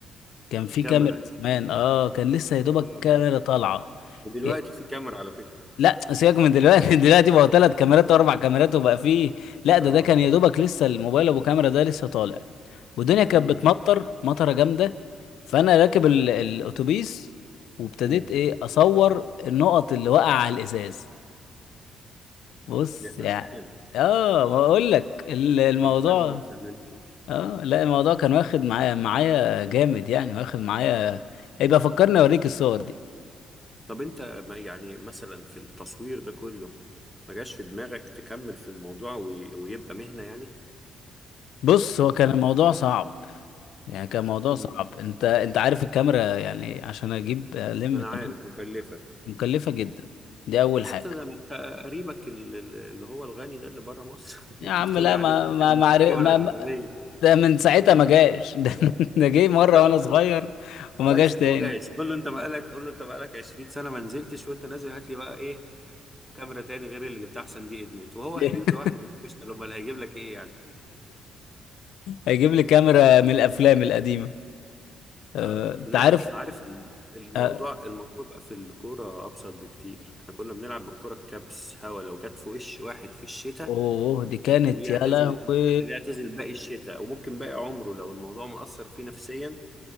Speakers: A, on the left; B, in the centre.
A: كان فيه
B: كاميرا
A: كاميرا زمان اه كان لسه يا دوبك
B: اه اه
A: كاميرا طالعه
B: ودلوقتي
A: إيه،
B: في كاميرا على فكرة
A: لا سيبك من دلوقتي <laughs> دلوقتي بقى ثلاث كاميرات واربع كاميرات وبقى فيه لا
B: اه
A: ده ده كان يا دوبك لسه الموبايل ابو كاميرا ده لسه طالع والدنيا كانت
B: امم
A: بتمطر مطره جامده فانا راكب ال- الاتوبيس وابتديت
B: امم
A: ايه اصور النقط اللي وقع على الازاز بص
B: يا فنان
A: يعني اه ما اقول لك ال- الموضوع
B: بالفن والفنانين
A: اه لا الموضوع كان واخد معايا معايا جامد يعني واخد معايا يبقى فكرني اوريك الصور دي
B: طب انت ما يعني مثلا في التصوير ده كله ما جاش في دماغك تكمل في الموضوع وي... ويبقى مهنة يعني
A: بص هو كان
B: ما
A: الموضوع صعب يعني كان موضوع
B: مم.
A: صعب انت انت عارف الكاميرا يعني عشان اجيب الم
B: انا
A: تمام
B: عارف مكلفة
A: مكلفة جدا دي اول
B: بس
A: حاجة
B: انت ده ما انت قريبك ال- ال- اللي هو الغني ده اللي بره مصر <laughs> اللي
A: يا
B: انت
A: عم
B: بتقول
A: لا
B: لي عليه
A: ما
B: ده <laughs> الكاميرا
A: ما ما, عارف-
B: الكاميرا
A: ما
B: الاولانية
A: ده من ساعتها
B: قول-
A: ما جاش <laughs> ده, ده جه مرة
B: لا
A: وانا
B: قول
A: صغير وما
B: كويس
A: جاش
B: انه
A: تاني
B: ما جاش قول له انت بقالك قول له انت بقالك 20 سنه ما نزلتش وانت نازل هات لي بقى ايه كاميرا تاني غير اللي جبتها احسن دي ادمت وهو
A: <laughs>
B: هيجيب لوحده بروفيشنال امال هيجيب لك ايه يعني
A: هيجيب لي كاميرا من الافلام القديمه آه،
B: اه
A: انت
B: لا
A: عارف
B: انت عارف الموضوع
A: آه،
B: الموضوع بقى في الكوره ابسط بكتير احنا كنا بنلعب بالكوره الكبس هوا لو جت في وش واحد في الشتاء
A: اوه دي كانت
B: كان يعتزل
A: يا لهوي
B: اللي يعتزل باقي الشتاء وممكن باقي عمره لو الموضوع مأثر فيه نفسيا